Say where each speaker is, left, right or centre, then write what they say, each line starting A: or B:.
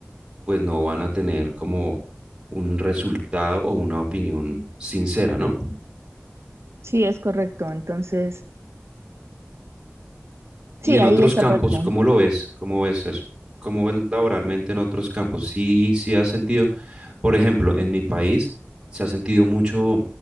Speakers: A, on the right; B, on the right.
A: pues no van a tener como un resultado o una opinión sincera, ¿no?
B: Sí, es correcto. Entonces,
A: Y
B: sí,
A: en
B: ahí
A: otros
B: esa
A: campos,
B: parte.
A: ¿cómo lo ves? ¿Cómo ves eso? ¿Cómo ves laboralmente en otros campos? Sí, sí has sentido, por ejemplo, en mi país se ha sentido mucho